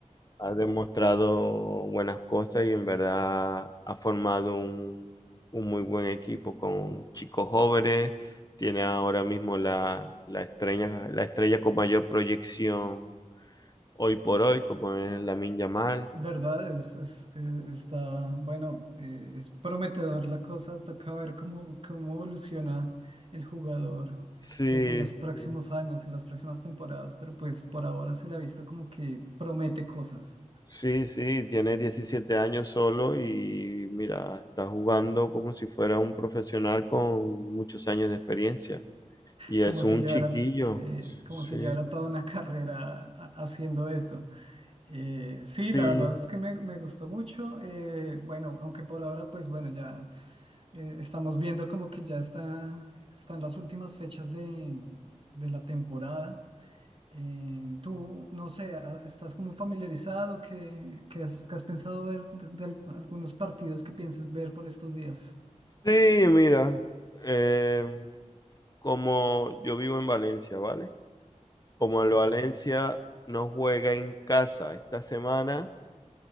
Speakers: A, on the left; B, on the right.
A: ha demostrado buenas cosas y en verdad ha formado un, un muy buen equipo con chicos jóvenes. Tiene ahora mismo la, la estrella, la estrella con mayor proyección hoy por hoy, como es Lamine Yamal.
B: verdad, es, es- eh, está, bueno, eh, es prometedor la cosa. Toca ver cómo, cómo evoluciona el jugador,
A: Sí,
B: pues en los próximos
A: sí,
B: años, en las próximas temporadas. Pero pues por ahora se le ha visto como que promete cosas.
A: sí, sí, tiene 17 años solo y mira, está jugando como si fuera un profesional con muchos años de experiencia. Y
B: Como
A: es
B: se
A: un
B: llevará,
A: chiquillo,
B: como
A: sí.
B: se llevará toda una <laughs> carrera ha- haciendo eso. Eh, sí,
A: Sí,
B: la verdad es que me, me gustó mucho. eh, bueno, aunque por ahora, pues bueno, ya. eh, estamos viendo como que ya está, están las últimas fechas de, de la temporada. Eh, tú, no sé, a- ¿estás como familiarizado? ¿Qué, qué has, qué has pensado ver de, de al- algunos partidos que pienses ver por estos días?
A: Sí, mira, eh, como yo vivo en Valencia, ¿vale? Como
B: Sí,
A: el Valencia no juega en casa esta semana,